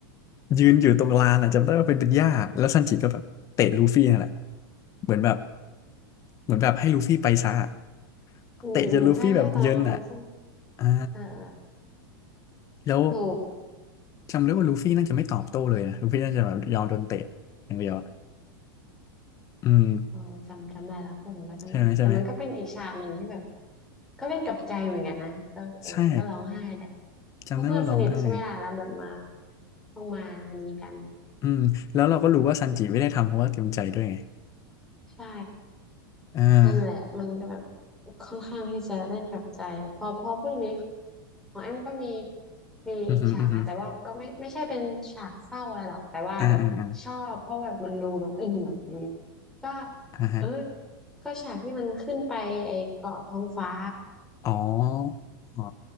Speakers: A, on the left; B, in the centre.
A: ยืนอยู่ตรงลานอ่ะจำได้ว่าเป็นเป็นหญ้าแล้วซันจิก็แบบเตะลูฟี่นั่นแหละเหมือนแบบเหมือนแบบให้ลูฟี่ไปซะอะ
B: อืมอืมใช่ใช่ตอนนั้นเขาซึ่ง
A: เตะจนลูฟี่แบบเยินอ่ะอ่า
B: อ่าอ่า
A: แล้ว
B: โห
A: จำได้ว่าลูฟี่น่าจะไม่ตอบโต้เลยนะลูฟี่น่าจะแบบยอมโดนเตะอย่างเดียวอะอืม
B: เออจำจำได้แล้วพูดถึงก็จำได้แต่มันก็เป็นอีกฉากหนึ่งที่แบบ
A: ใช่ไหมใช่ไหม
B: ก็เล่นกับใจเหมือนกันนะก็เออก็ร้องไห้แหละ
A: ใช่จำได้ว่าร้องไห้
B: เพราะเพื่อนสนิทใช่ไหมล่ะแล้วแบบมาต้องมาอันนี้กัน
A: อืมแล้วเราก็รู้ว่าซันจิไม่ได้ทำเพราะว่าเต็มใจด้วยไง
B: ใช่
A: อ่า
B: นั่นแหละมันก็แบบค่อนข้างที่จะเล่นกับใจพอพอพูดอย่างนี้ของแอมก็มีมีอีกฉากนะแต่ว่าก็ไม่ไม่ใช่เป็นฉากเศร้าอะไรหรอกแต่ว่าแบบชอบเพราะแบบมันดูแบบอิ่มดี
A: อือหืออือหืออ่าอ่าอ่า
B: ก็
A: อ่าฮะ
B: เออก็ฉากที่มันขึ้นไปไอเกาะท้องฟ้า
A: อ๋ออ๋อ